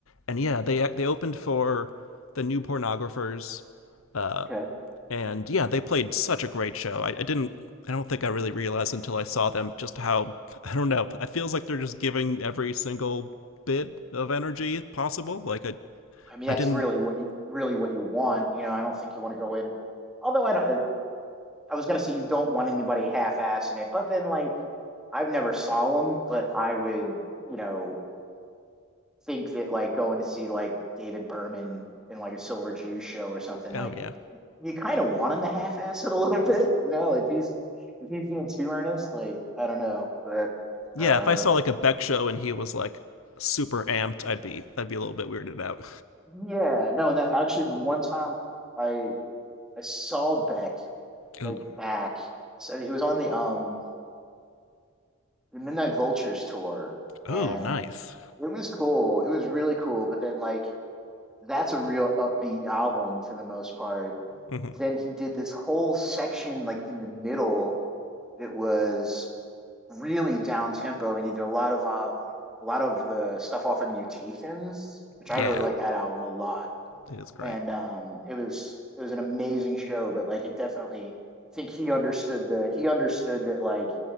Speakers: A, on the left (about 80°); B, in the centre.
A: and yeah, they they opened for the New Pornographers uh,
B: Okay.
A: and yeah, they played such a great show. I, I didn't. I don't think I really realized until I saw them just how I don't know. It feels like they're just giving every single bit of energy possible. Like I,
B: I mean, that's
A: I didn't.
B: really what you really what you want. You know, I don't think you want to go in. Although I don't, I was gonna say you don't want anybody half-assing it, but then like I've never saw them, but I would, you know, think that like going to see like David Berman in like a Silver Jew show or something like
A: Oh yeah,
B: you kind of want him to half-ass it a little bit, you know, if he's if he's being too earnest, like I don't know, but
A: yeah.
B: uh,
A: If I saw like a Beck show and he was like super amped, I'd be I'd be a little bit weirded out.
B: yeah, no, and that actually the one time I I saw Beck
A: Ooh,
B: like back, so it was on the um the Midnight Vultures tour, and
A: ooh, nice.
B: it was cool, it was really cool, but then like that's a real upbeat album for the most part.
A: hmm
B: Then he did this whole section like in the middle that was really down tempo, and he did a lot of um, a lot of the stuff off of Mutations, which
A: Yeah,
B: I really like that album a lot.
A: it is great.
B: And um, it was it was an amazing show, but like it definitely, I think he understood the he understood that like